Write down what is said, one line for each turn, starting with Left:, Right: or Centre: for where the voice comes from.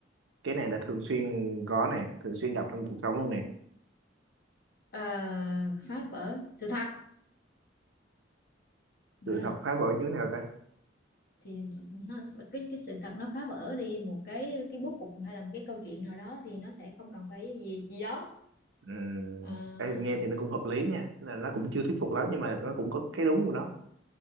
Right: cái này là thường xuyên có nè thường xuyên gặp trong cuộc sống luôn nè
Left: Ờ, phá vỡ sự thật vậy
Right: sự thật
Left: à
Right: phá vỡ như thế nào ta
Left: thì nó cái cái sự thật nó phá vỡ đi một cái cái bố cục hay là một cái câu chuyện nào đó thì nó sẽ không cần phải gì gì đó
Right: Ừm,
Left: Ờ,
Right: em nghe thì nó cũng hợp lý nha là nó cũng chưa thuyết phục lắm nhưng mà nó cũng có cái đúng của nó